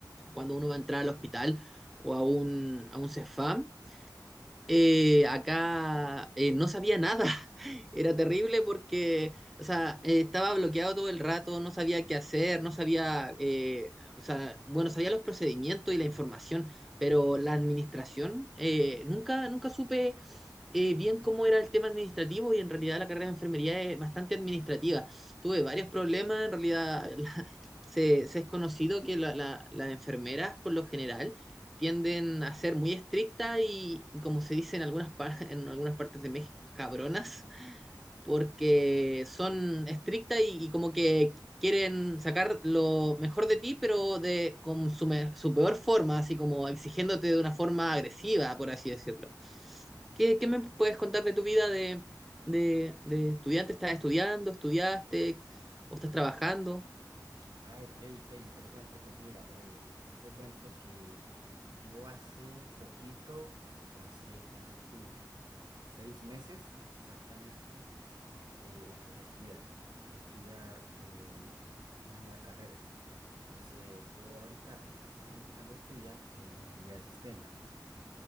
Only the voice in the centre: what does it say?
cuando uno va a entrar al hospital o a un, a un CEFAM, eh, acá eh, no sabía nada. <laughs> Era terrible porque, o sea, eh, estaba bloqueado todo el rato, no sabía qué hacer, no sabía, eh, o sea, bueno, sabía los procedimientos y la información, pero la administración, eh, nunca, nunca supe eh, bien cómo era el tema administrativo y en realidad la carrera de enfermería es bastante administrativa. Tuve varios problemas, en realidad <laughs> la- se, se es conocido que la- la- las enfermeras por lo general tienden a ser muy estrictas y, como se dice en algunas, par- <laughs> en algunas partes de México, cabronas, porque son estrictas y, y como que quieren sacar lo mejor de ti, pero de, con su, me- su peor forma, así como exigiéndote de una forma agresiva, por así decirlo. ¿Qué, qué me puedes contar de tu vida de, de, de estudiante? ¿Estás estudiando? ¿Estudiaste? ¿O estás trabajando?